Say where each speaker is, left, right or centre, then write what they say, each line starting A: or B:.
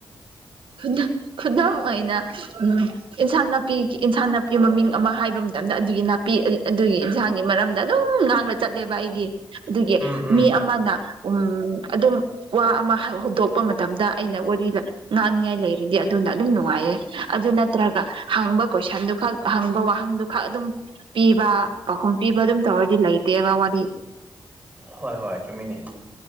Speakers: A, on the right (about 70°); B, on the right (about 20°).
A: ꯈꯨꯗꯝ ꯈꯨꯗꯝ ꯑꯣꯏꯅ ꯎꯝ ꯏꯟꯁꯥꯡ ꯅꯥꯄꯤꯟꯁꯥꯡ ꯏꯟꯁꯥꯡ ꯅꯥꯄꯤ ꯃꯃꯤꯡ ꯑꯃ ꯍꯥꯏꯕ ꯃꯇꯝꯗ ꯑꯗꯨꯒꯤ ꯅꯥꯄꯤ ꯑꯗꯨꯒꯤ ꯏꯟꯁꯥꯡꯒꯤ ꯃꯔꯝ ꯑꯗꯨꯝ ꯉꯥꯡꯅ ꯆꯠꯂꯦꯕ ꯑꯩꯗꯤ ꯑꯗꯨꯒꯤ
B: ꯎꯝ ꯎꯝ
A: ꯃꯤ ꯑꯃꯅ ꯎꯝ ꯑꯗꯨꯝ ꯋꯥ ꯑꯃ ꯍꯧꯗꯣꯛꯄ ꯃꯇꯝꯗ ꯑꯩꯅ ꯋꯥꯔꯤ ꯉꯥꯡꯅꯤꯉꯥꯏ ꯂꯩꯔꯤꯗꯤ ꯑꯗꯨꯅ ꯑꯗꯨꯝ ꯅꯨꯡꯉꯥꯏꯌꯦ ꯑꯗꯨ ꯅꯠꯇ꯭ꯔꯒ ꯍꯥꯡꯕ ꯀꯣꯏꯁꯟꯗꯨ ꯈꯛ ꯍꯪꯕ ꯋꯥꯍꯪꯗꯨ ꯈꯛ ꯑꯗꯨꯝ ꯄꯤꯕ ꯄꯥꯎꯈꯨꯝ ꯄꯤꯕ ꯑꯗꯨꯝ ꯇꯧꯔꯗꯤ ꯂꯩꯇꯦꯕ ꯋꯥꯔꯤ
B: ꯍꯣꯏ ꯍꯣꯏ ꯆꯨꯝꯃꯤꯅꯤ